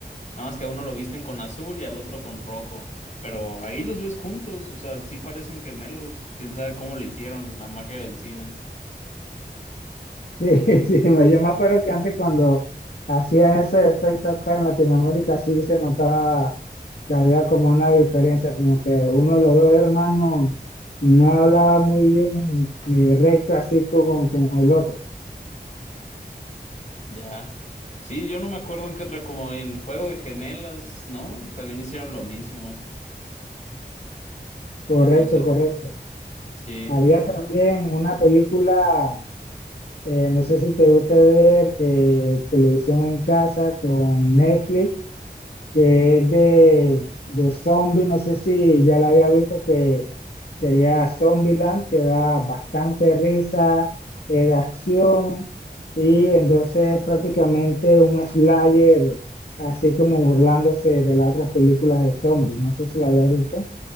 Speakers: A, on the left; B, on the left.
A: Nada más que a uno lo visten con azul y al otro con rojo. Pero ahí los ves juntos, o sea, sí parecen gemelos. Quién sabe cómo le hicieron la magia del cine.
B: Sí, <laughs> sí, me- yo me acuerdo que antes cuando hacían ese efecto acá en Latinoamérica, sí se notaba que había como una diferencia, como que uno de los dos hermanos no hablaba muy bien eh, recto así con, con el otro.
A: Ya. Sí, yo no me acuerdo en qué otra, como en Juego de Gemelas, ¿no? También hicieron lo mismo.
B: Correcto,
A: No sé.
B: correcto.
A: Sí.
B: Había también una película, eh, no sé si te gusta ver eh, televisión en casa con Netflix que es de, de zombie, no sé si ya la había visto, que sería Zombieland, que da bastante risa, es de acción, y entonces prácticamente un slasher, así como burlándose de las otras películas de zombies, no sé si la había visto.